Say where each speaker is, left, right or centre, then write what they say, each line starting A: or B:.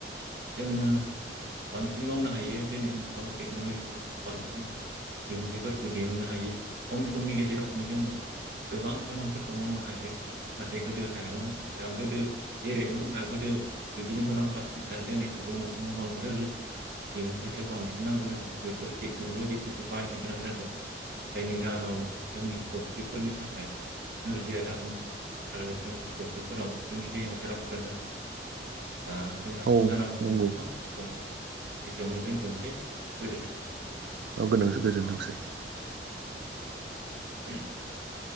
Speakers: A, on the right (about 60°); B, on the right (about 85°).
A: जोङो बांसि सिन मावनो हायो दिनैनि जुगाव टेक्न'लजिजों बांसिन दिहुनथाइफोरखौ दिहुननो हायो खम समनि गेजेरावनो जोङो गोबां खामानिफोरखौ मावनो हायो नाथाय गोदो हायामोन दा गोदो जेरैमोन दा गोदो बिदिनो मुलाम्फामोन दा दिनै सुबुं मोनजोंबो बांनाय लोगो लोगो दिहुन्थायखौ बांसिन नांगौ ज जादों बेफोर टेक्न'लजिफोरखौ बाहायनो गोनां जादों जायनि जाहोनाव जोंनि सावस्रिफोरनि थाखाय नोरजिया जानो हमदों आरो जोंनि सावस्रिफोराव जोंनि देहायाव बेराम <unintelligible> दा जोंहा
B: औ
A: सम जाना फैबाय
B: नंगौ
A: नोंथां अब्ला जों एसेआवनो दोन्थ'सै गोजोनथों
B: औ गोनो गोजोनथोंसै
A: <inaudible>